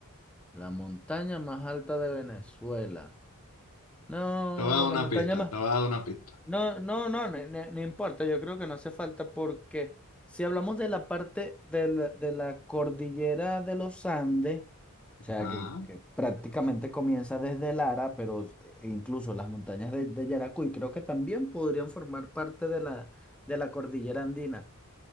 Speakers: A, in the centre; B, on the left.
A: la montaña más alta de Venezuela. No,
B: Te voy a dar una
A: la montaña
B: pista,
A: más...
B: te voy a dar una pista.
A: No, no, no, no, no- no importa, yo creo que no hace falta porque si hablamos de la parte de la, de la cordillera de los Andes, o sea,
B: Ajá.
A: que, que prácticamente comienza desde Lara, pero e incluso las montañas de, de Yaracuy creo que también podrían formar parte de la, de la cordillera andina.